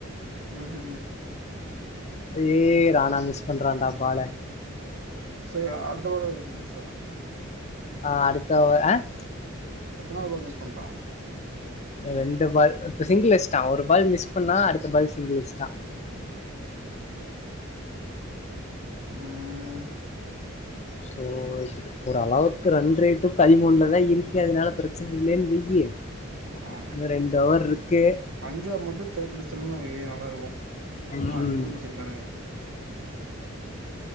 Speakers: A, on the right; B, on the left.
A: உஹம்
B: ஏ ரானா மிஸ் பண்றான்டா பால
A: சரி அடுத்த வாரம் ச
B: ஆஹ் அடுத்த ஆஹ்
A: எத்தனாவது பால் மிஸ் பண்ட்டான்
B: ரெண்டு பால் இ சிங்கிள் அடிஸ்டான் ஒரு பால் மிஸ் அப்பனா அடுத்த பால் சிங்கில்ஸ் தான் <inaudible>
A: உம்
B: சோ ஒரு அளவுக்கு ரன் ரேட்டு பதிமூணுலதான் இருக்கு அதனால பிரச்சனை இல்லையேன்னு வெய்யி
A: ஆஹ்
B: இன்னு ரெண்டு ஓவர் இருக்கு
A: பஞ்சாப் மட்டும் தோக்கடிச்சோம்னு வையி வரும் இன்னும்
B: ம்
A: அந்து
B: ம்
A: வச்சிருக்கானுங்க